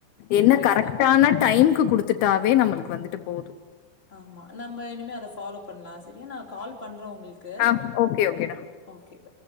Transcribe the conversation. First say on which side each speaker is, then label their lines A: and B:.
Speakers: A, on the left (about 80°); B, on the left (about 15°).
A: என்ன
B: கரெக்ட்
A: கரெக்டான
B: தான்.
A: டைம்க்கு குடுத்துட்டாவே நம்மளு வந்துட்டு போவுது
B: ஆமா நம்ம இனிமே அத ஃபாலோ பண்ணலா செரியா நா கால் பண்றே உங்களுக்கு
A: ஆஹ் ஓகே ஓகேடா
B: ஓகே. பை.